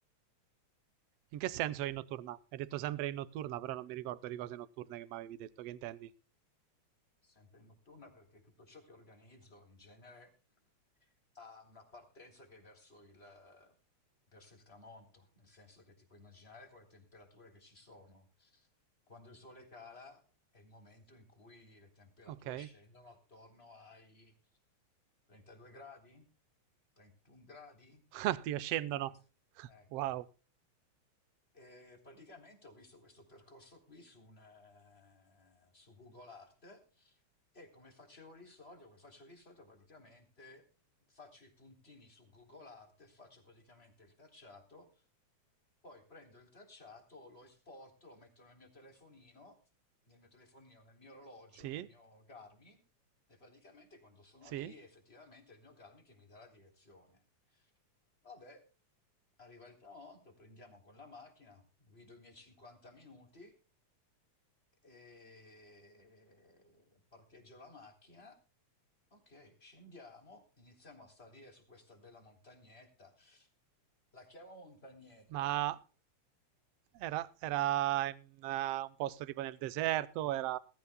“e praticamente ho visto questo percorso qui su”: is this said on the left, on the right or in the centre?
Left